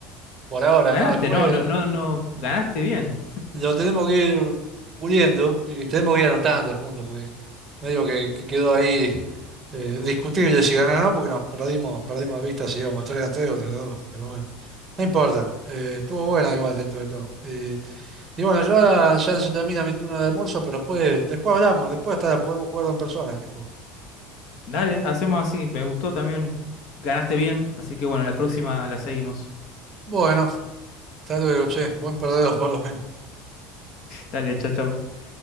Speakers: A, on the right; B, on the left.
A: por ahora,
B: Ganaste,
A: ¿no? Después.
B: no, no, no, no. Ganaste bien.
A: Lo tenemos que ir puliendo y tenemos que ir anotando los puntos, porque medio que, que quedó ahí eh, discutible si ganar o no, porque nos perdimos, perdimos de vista si íbamos 3 a 3 o 3 a 2 pero bueno, no importa, eh, estuvo buena igual dentro de todo. Eh, y bueno, yo ahora ya se termina mi turno de almuerzo, pero después, después hablamos, después hasta podemos jugarlo en persona este juego.
B: Dale, hacemos así. Me gustó también. Ganaste bien. Así que bueno, la próxima la seguimos.
A: Bueno, hasta luego, che, buen perdedor por lo menos.
B: Dale, chao, chao.